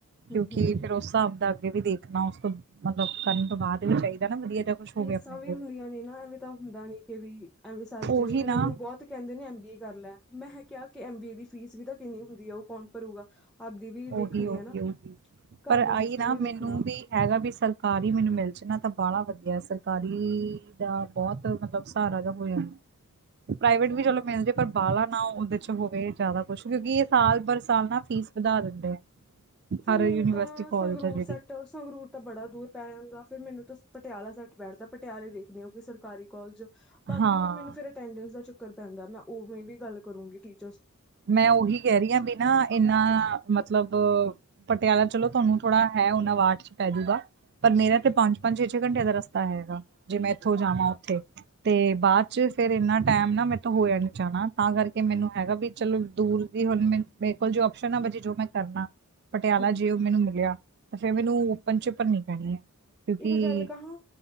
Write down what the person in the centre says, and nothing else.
ਹਮ ਹਮ
ਸੱਸਾਂ ਵੀ
ਹੁੰਦੀਆਂ ਨੇ ਨਾ ਐਵੇਂ ਤਾਂ ਹੁੰਦਾ ਨੀ ਕਿ ਵੀ ਐਵੇ ਸਰ ਜ
ਜਿਵੇਂ
ਮੈਨੂੰ ਬਹੁਤ ਕਹਿੰਦੇ ਨੇ ਐਮ ਬੀ ਏ ਕਰ ਲੈ। ਮੈਂ ਕਿਹਾ ਕਿਹਾ ਕਿ ਐਮ ਬੀ ਏ ਦੀ ਫੀਸ ਵੀ ਤਾਂ ਕਿੰਨੀ ਹੁੰਦੀ ਆ ਉਹ ਕੌਣ ਭਰੂਗਾ। ਆਪਦੀ ਵੀ
ਦੇਖਣੀ
ਹੈ ਨਾ
ਘਰ ਦਾ
ਸਿਸਟਮ
ਵੀ ਦੇਖਣਾ
ਅੱਛਾ
ਫਿਰ
ਮੈਨੂੰ
ਤਾਂ
ਸੰਗਰੂਰ
ਸੈੱਟ ਸੰਗਰੂਰ ਤਾਂ ਬੜਾ ਦੂਰ ਪੈ ਜਾਂਦਾ ਫਿਰ ਮੈਨੂੰ ਤਾਂ ਪਟਿਆਲਾ ਸੈਟ ਬੈਠਦਾ ਪਟਿਆਲੇ ਦੇਖਦੇ ਆ ਕੋਈ ਸਰਕਾਰੀ ਕੋਲਜ ਬਾਕੀ
ਨਾ ਮੈਨੂੰ ਫਿਰ ਅਟੈਂਡਸ ਦਾ ਚੱਕਰ ਪੈਂਦਾ ਮੈਂ ਉਵੇਂ ਵੀ ਗੱਲ ਕਰੂੰਗੀ ਠੀਕ
ਹਮ
ਇੱਕ ਗੱਲ ਕਹਾਂ,